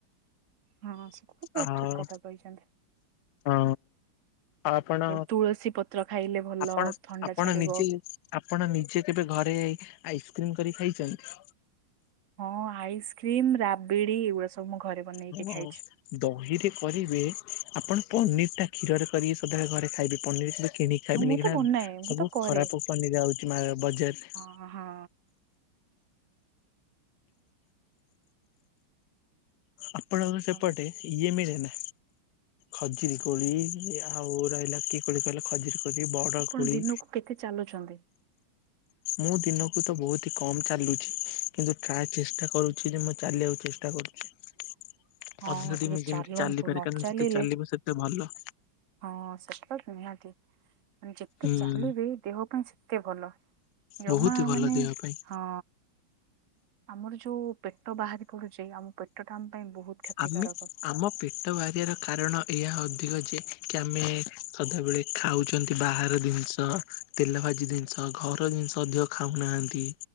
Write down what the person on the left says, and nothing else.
ଆଉ
ହଁ, ଆଉ ଆପଣ,
ଆପଣ
ଆପଣ
ନିଜେ ଆପଣ ନିଜେ କେବେ ଘରେ ଆଇସ୍କ୍ରିମ କରି ଖାଇଛନ୍ତି?
ହଁ
ଦହିରେ କରିବେ, ଆପଣ ପନିର ଟା କ୍ଷୀରରେ କରିକି ସଦାବେଳେ ଘରେ ଖାଇବେ, ପନିର କି କିଣିକି ଖାଇବିନି
କିନା,
ସବୁ
ଖରାପ ପନିର ଆଉଚି ମା ବଜାରରେ।
ଆପଣଙ୍କ ସେପଟେ
ଇଏ ମିଳେନା, ଖଜିରି କୋଳି ଆଉ ରହିଲା କିଏ କୋଳି କହିଲ, ଖଜିରି କୋ ଯଦି ବଡ଼
କୋଳି
ମୁଁ ଦିନକୁ ତ ବହୁତି କମ୍ ଚାଲୁଚି। କିନ୍ତୁ ଟ୍ରାଏ ଚେଷ୍ଟା କରୁଚି ଯେ, ମୁଁ ଚାଲିବାକୁ ଚେଷ୍ଟା କରୁଚି। ଅଧିକ
ଟିକେ ମୁଁ
ଯେମିତି ଚାଲିପାରେ,
କାହିଁ ନା
ଯେତେ ଚାଲିବ, ସେତେ ଭଲ।
ହୁଁ
ବହୁତ ହି ଭଲ
ଦେହ ପାଇଁ।
ଆମେ ଆମ ପେଟ ବାହାରିବାର କାରଣ ଏହା ଅଧିକ ଯେ, କି ଆମେ ସଦାବେଳେ ଖାଉଚନ୍ତି ବାହାର ଜିନି ତ ତେଲଭାଜି ଜିନିଷ, ଘର ଜିନିଷ ଅଧିକ ଖାଉନାହାନ୍ତି।